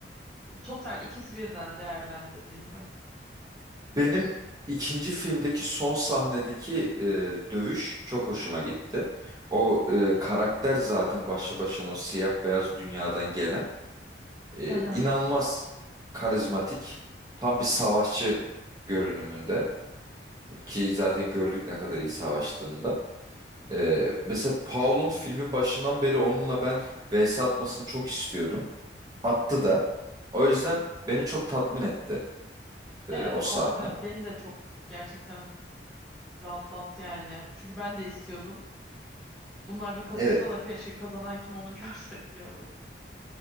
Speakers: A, in the centre; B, on the right.
A: Total ikisi birden değerlendirdiğinde.
B: Benim ikinci filmdeki son sahnedeki e, dövüş çok hoşuma gitti. O e, karakter zaten başlı başına o siyah beyaz dünyadan gelen e,
A: Hı hı.
B: inanılmaz karizmatik, tam bir savaşçı görünümünde ki zaten gördük ne kadar iyi savaştığında. E, mesela Paul'un filmin başından beri onunla ben vs atmasını çok istiyordum. Attı da. O yüzden beni çok tatmin etti e,
A: Evet
B: o sahne.
A: o ben beni de çok gerçekten rahatlattı yani. Çünkü ben de istiyordum. Bunlar bir kapışsa
B: Evet.
A: da keşke kazanan kim onu <laughs> görsek diyordum.